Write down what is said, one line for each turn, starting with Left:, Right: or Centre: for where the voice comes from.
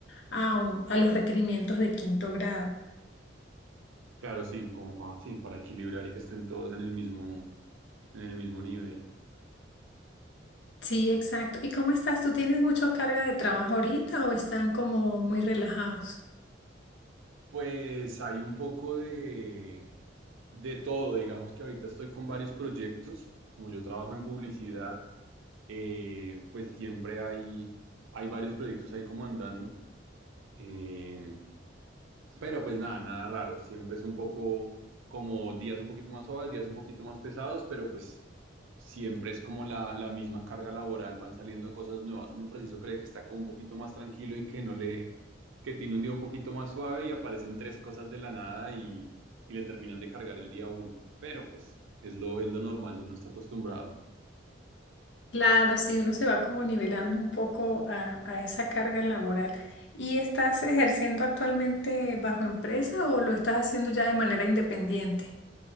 Left: a, un- a los requerimientos de quinto grado.
Right: Claro, sí, como para, sí, para equilibrar y que estén todos en el mismo, en el mismo nivel.
Left: Sí, exacto. ¿Y cómo estás? ¿Tú tienes mucha carga de trabajo ahorita o están como muy relajados?
Right: Pues hay un poco de, de todo, digamos que ahorita estoy con varios proyectos, como yo trabajo en publicidad, eh, pues siempre hay, hay varios proyectos ahí como andando. Eh, Pero pues nada, nada raro. Siempre es un poco como días un poquito más suaves, días un poquito más pesados, pero pues siempre es como la, la misma carga laboral, van saliendo cosas nuevas. Uno preciso cree que está como un poquito más tranquilo y que no le, que tiene un día un poquito más suave y aparecen tres cosas de la nada y, y le terminan de cargar el día a uno. Pero pues es lo, es lo normal, uno está acostumbrado.
Left: Claro, sí, uno se va como nivelando un poco a, a esa carga laboral. ¿Y estás ejerciendo actualmente bajo empresa o lo estás haciendo ya de manera independiente?